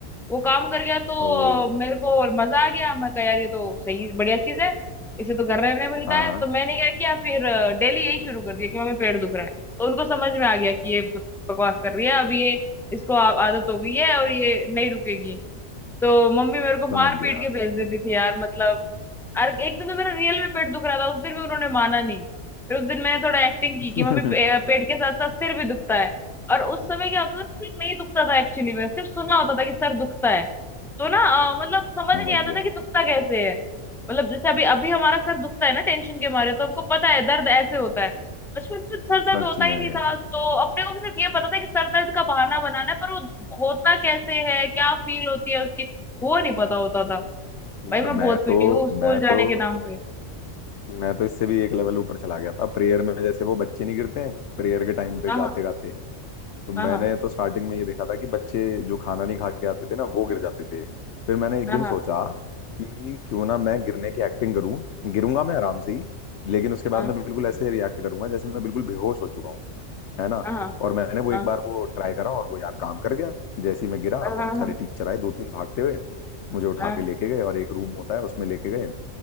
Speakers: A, in the centre; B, on the left (about 65°).
A: वो काम कर गया तो
B: ओ
A: अ, मेरे को मजा आ गया मैं कहा यार ये तो सही बढ़िया चीज है इसे तो घर रहने मिलता
B: हाँ
A: है
B: हाँ
A: तो मैंने क्या किया फिर अ, डेली यही शुरू कर दिया कि मम्मी पेट दुख रहा है तो उनको समझ में आ गया कि ये बकवास कर रही है अब ये इसको आ- आदत हो गई है और ये नहीं रुकेगी तो मम्मी मेरे को
B: समझ
A: मार
B: गया
A: पीट के भेज देती थी यार मतलब और एक दिन तो मेरा रियल में पेट दुख रहा था उस दिन भी उन्होंने माना नहीं फिर उस दिन मैंने थोड़ा एक्टिंग की
B: <laughs>
A: कि मम्मी पे, पेट के साथ साथ सिर भी दुखता है और उस समय क्या होता था सिर नहीं दुखता था एक्चुअली में सिर्फ सुना होता था कि सर दुखता है तो ना अ, मतलब समझ
B: समझ
A: नहीं आता
B: गया
A: था कि दुखता कैसे है मतलब जैसे अभी अभी हमारा सर दुखता है ना टेंशन के मारे तो हमको पता है दर्द ऐसे होता है बचपन में सर दर्द
B: सच
A: होता ही
B: में
A: नहीं था तो अपने को सिर्फ ये पता था कि सर दर्द का बहाना बनाना है पर वो होता कैसे है क्या फील होती है उसकी वो नहीं पता होता था भाई
B: और
A: मैं बहुत
B: मैं
A: पीटी
B: तो
A: हूँ स्कूल
B: मैं
A: जाने
B: तो
A: के नाम पे
B: मैं तो इससे भी एक लेवल ऊपर चला गया था प्रेयर में जैसे वो बच्चे नहीं गिरते हैं प्रेयर के टाइम पे
A: हाँ
B: गाते गाते तो मैंने
A: हाँ हाँ
B: तो स्टार्टिंग में ये देखा था कि बच्चे जो खाना नहीं खा के आते थे ना वो गिर जाते थे फिर मैंने एक
A: हाँ
B: दिन सोचा कि क्यों ना मैं गिरने की एक्टिंग करूं गिरूंगा मैं आराम से ही लेकिन उसके बाद
A: हाँ
B: मैं बिल्कुल ऐसे रिएक्ट करूंगा जैसे मैं बिल्कुल बेहोश हो चुका हूँ है ना
A: हाँ हाँ
B: और मैंने वो
A: हाँ
B: एक बार वो ट्राई करा और वो यार काम कर गया जैसे ही मैं गिरा
A: हाँ हाँ
B: बहुत सारे टीचर आए दो तीन भागते हुए मुझे उठा
A: हाँ
B: के
A: हाँ
B: लेके गए और एक रूम होता है उसमें लेके गए